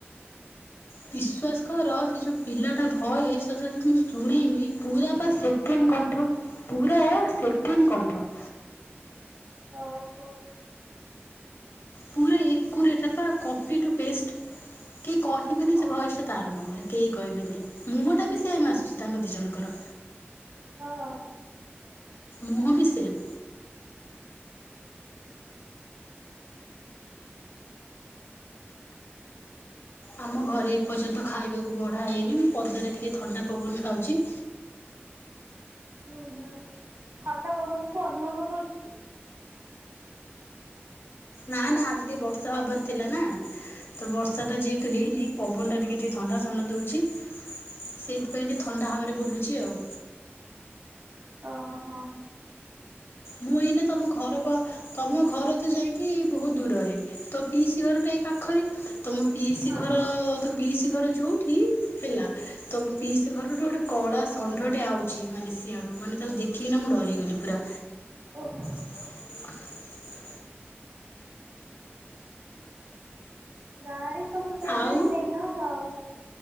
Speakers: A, on the left; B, on the right.
A: ବିଶ୍ୱାସ କର ସେ ଯୋଉ ପିଲାଟା ଭଏସ୍ ତତେ ତ ମୁଁ ଶୁଣେଇବି ପୁରା ପା ସେ ସେକେଣ୍ଡ କଣ୍ଠ ପୁରା ସେକେଣ୍ଡ କଣ୍ଠ।
B: ଓହୋ।
A: ପୁରା ଏକୁରେଟ୍ ପା କଫି ଟୁ ପେଷ୍ଟ କେଇ କ ହିବେନି ସେ
B: ଓହୋ
A: ଭଏସ୍ ତାର ନୁହେଁ ବୋଲି କେହି କହିବେନି ମୁହଁ ଟା ବି ସେମ୍
B: ଓ
A: ଆସୁଚି। ତାଙ୍କ ଦିଇ ଜଣଙ୍କର
B: ହଁ
A: ମୁହଁ ବି ସେମ୍। ଆମ ଘରେ ଏପର୍ଯ୍ୟନ୍ତ ଖାଇବାକୁ ବଢ଼ା ହୋଇଇନି ମୁଁ ପଦାରେ ଟିକିଏ ଥଣ୍ଡା ପବନ ଖାଉଚି।
B: ହୁଁ ହୁଁ ଥଣ୍ଡା ପବନ କୁ ଅନୁଭବ କରୁଚୁ।
A: ନା ନା ଆଜି ଟିକେ ବର୍ଷା ହବାର ଥିଲା ନା। ତ ବର୍ଷା ଟା ଯେହେତୁ ହେଇନି ପବନ ଟା ଟିକେ ଟିକେ ଥଣ୍ଡା ଥଣ୍ଡା ଦଉଚି। ସେଇଥିପାଇଁ ଟିକେ ଥଣ୍ଡା ହାୱା ରେ ବୁଲୁଚି ଆଉ।
B: ଓହୋ।
A: ମୁଁ ଏଇନା ତମ ଘର ପା ତମ ଘର ତ ଯାଇଁକି ବହୁତ ଦୂରରେ। ତ ପିଇସି ଘରଟା ଏ ପାଖରେ ତମ ପିଇସି
B: ହଁ
A: ଘର ତ ପିଇସି ଘର ଯଉଠି ହେଲା। ତମ ପିସି ଘରଠୁ ଗୋଟେ କଳା ଷଣ୍ଢ ଟେ ଆଉଚି ମାନେ ସିଆଡୁ ମାନେ ତାକୁ ଦେଖିକିନା ମୁଁ ଡରିଗଲି ପୁରା।
B: ଓହୋ
A: <inaudible>
B: ଗାଁରେ ସବୁ ସେଇଭଳିଆ
A: ଆଉ
B: ସେଣ୍ଢ ଆଉ।